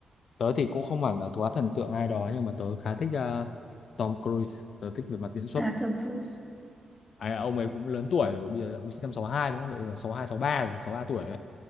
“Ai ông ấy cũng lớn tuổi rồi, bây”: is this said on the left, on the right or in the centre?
Left